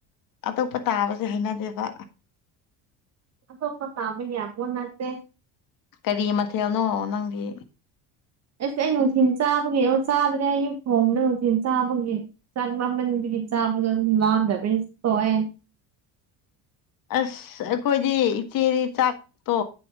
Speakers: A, on the left; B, on the right.
A: ꯑꯇꯣꯞꯄ ꯇꯥꯕꯁꯦ ꯍꯥꯏꯩꯅꯗꯦꯕ
B: ꯑꯗꯄ ꯇꯥꯕꯅꯤ ꯄꯨꯟꯅꯠꯇꯦ
A: ꯀꯔꯤ ꯃꯊꯦꯜꯅꯣ ꯅꯪꯗꯤ
B: ꯑꯁ ꯑꯩ ꯅꯨꯡꯊꯤꯜ ꯆꯥꯕꯒꯤ ꯑꯣ ꯆꯥꯗ꯭ꯔꯦ ꯑꯌꯨꯛ ꯊꯣꯡꯕꯗ ꯅꯨꯡꯊꯤꯜ ꯆꯥꯕꯒꯤ ꯆꯪ ꯃꯃꯟꯗꯨꯒꯤ ꯆꯥꯕꯗ ꯂꯥꯟꯗꯕ ꯇꯣꯑꯦ
A: ꯑꯁ ꯑꯩꯈꯣꯏꯗꯤ ꯏꯆꯦꯒꯤ ꯆꯥꯛꯇꯣ